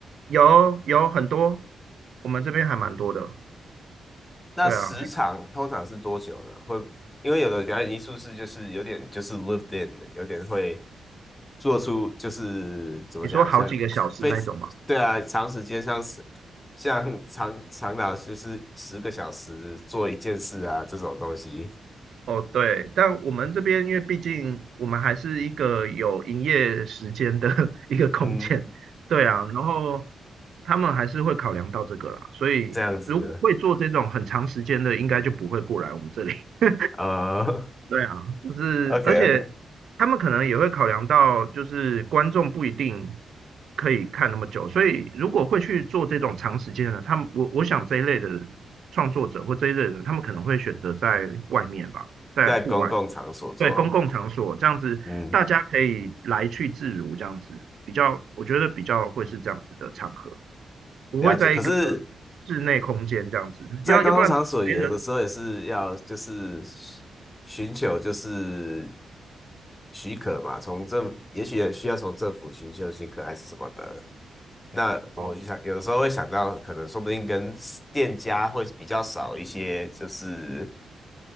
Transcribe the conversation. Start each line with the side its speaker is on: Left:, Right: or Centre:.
Right: 有有很多，我们这边还蛮多的。
Left: 那时长通常是多久呢？
Right: 对啊，像
Left: 会，因为有的表演艺术是就是有点就是 lived in 的，有点会做出就是怎么讲，
Right: 你说好几个小时那种嘛。
Left: 像非对啊，长时间像是像长长达就是十个小时做一件事啊这种东西，
Right: 哦，对，但我们这边因为毕竟我们还是一个有营业时间的 <laughs> 一个空间，
Left: 嗯，
Right: 对啊，然后他们还是会考量到这个啦，所以如果会做这种很长时间的，
Left: 这样子，
Right: 应该就不会过来我们这里。<laughs>
Left: 呃
Right: 对啊，就是而且
Left: o k o k
Right: 他们可能也会考量到，就是观众不一定可以看那么久，所以如果会去做这种长时间的，他们我我想这一类的创作者或这一类的人，他们可能会选择在外面吧，
Left: <laughs>
Right: 在户外，
Left: 在公共场所做，
Right: 对，公共场所这样子，
Left: 嗯。
Right: 大家可以来去自如，这样子比较，我觉得比较会是这样子的场合，不会在一个
Left: 了解，可是
Right: 室内空间这样子，
Left: 在公共场所有的时候也是要就是
Right: 要要不然没人
Left: 寻求就是许可嘛，从政也许也需要从政府寻求许可还是什么的。那我想有的时候会想到，
Right: 哦
Left: 可能说不定跟店家会比较少一些，就是